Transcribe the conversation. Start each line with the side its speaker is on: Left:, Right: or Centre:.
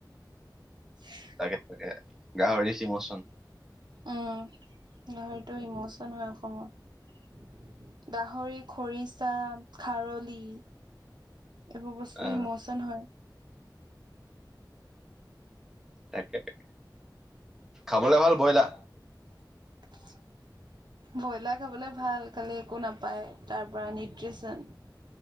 Right: <inaudible>
Centre: তাকে তাকে গাহৰি চ ইমচন।
Right: উম গাহৰিতটো ইমচন হয় অসমত। গাহৰি খৰিচা খাৰলি। এইবোৰ বস্তু
Centre: আহ
Right: ইমচন হয়।
Centre: তাকে তাকে খাবলে ভাল বইলা।
Right: <unintelligible> ব্ৰইলাৰ খাবলৈ ভাল খালি একো নাপায় তাৰপৰা নিউট্ৰিচন।